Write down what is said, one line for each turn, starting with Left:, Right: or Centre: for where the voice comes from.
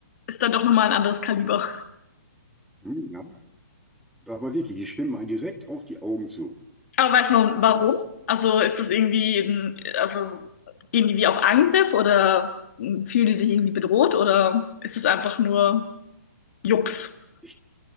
Left: ist dann doch nochmal ein anderes Kaliber.
Centre: Hm, ja. Aber wirklich, die schwimmen einen direkt auf die Augen zu.
Left: Aber weiß man
Centre: Ich
Left: warum?
Centre: glaube,
Left: Also ist das irgendwie, ein, also gehen die wie auf Angriff oder fühlen die sich irgendwie bedroht oder ist es einfach nur Jux?
Centre: ich,